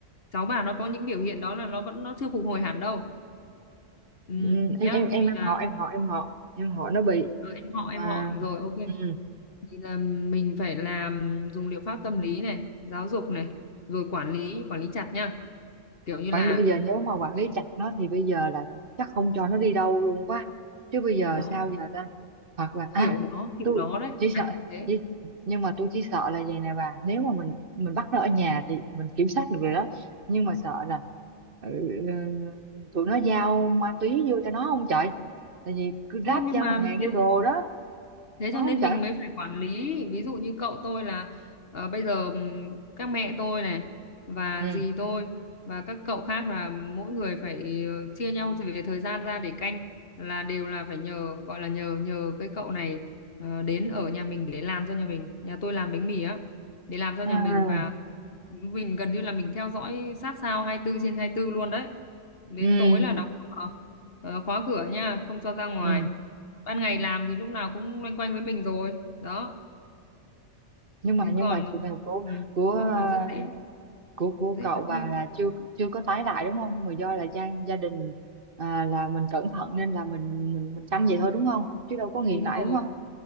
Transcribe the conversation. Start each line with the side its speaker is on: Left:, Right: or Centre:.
Left: cháu bà nó có những biểu hiện đó là nó vẫn nó chưa phục hồi hẳn đâu ừ,
Right: ừ.
Left: nhá
Right: em em em
Left: thì
Right: em
Left: là
Right: họ em họ em họ em họ nó bị
Left: ờ, em họ
Right: mà
Left: em họ rồi ok
Right: ừ.
Left: thì là mình phải làm dùng liệu pháp tâm lý này giáo dục này rồi quản lý quản lý chặt nha kiểu như
Right: quản
Left: là
Right: bây giờ nếu mà quản lý chặt nó thì bây giờ là chắc không cho nó đi đâu luôn quá chứ bây giờ
Left: đó
Right: sao giờ ta hoặc là à
Left: kiểu đó kiểu
Right: tôi
Left: đó đấy
Right: chỉ
Left: phải
Right: sợ
Left: thế
Right: chỉ, nhưng mà tôi chỉ sợ là vậy nè bà nếu mà mình mình bắt nó ở nhà thì mình kiểm soát được rồi đó nhưng mà sợ là ừ, ừ, tụi nó giao ma túy vô cho nó không trời tại vì cứ
Left: thế
Right: ráp
Left: nhưng
Right: giao
Left: mà
Right: hàng
Left: thế
Right: giao đồ đó
Left: thế
Right: có
Left: cho
Right: không
Left: nên
Right: trời
Left: mình mới phải quản lý ví dụ như cậu tôi là ờ, bây giờ ừm, các mẹ tôi này và
Right: ừ
Left: dì tôi và các cậu khác là mỗi người phải ờ, chia nhau về thời gian ra để canh là đều là phải nhờ gọi là nhờ nhờ cái cậu này ờ, đến ở nhà mình để làm cho nhà mình nhà tôi làm bánh mì á để làm cho
Right: à
Left: nhà mình và mình gần như là mình theo dõi sát sao 24 trên 24 luôn đấy đến
Right: ừ
Left: tối là Ờ, ờ, khóa cửa nha, không cho ra ngoài.
Right: ừ
Left: Ban ngày làm thì lúc nào cũng loanh quanh với mình rồi. Đó,
Right: nhưng mà
Left: thế
Right: nhưng
Left: còn
Right: mà trường hợp của
Left: ừ,
Right: của
Left: không
Right: ờ,
Left: là rất dễ
Right: của của
Left: dễ
Right: cậu
Left: tái
Right: bà
Left: nghiện.
Right: là chưa chưa có tái lại đúng không nhưng mà do là gia gia đình à, là mình cẩn thận nên là mình mình mình canh vậy thôi đúng không chứ đâu có nghiền
Left: Đúng
Right: lại
Left: rồi,
Right: đúng không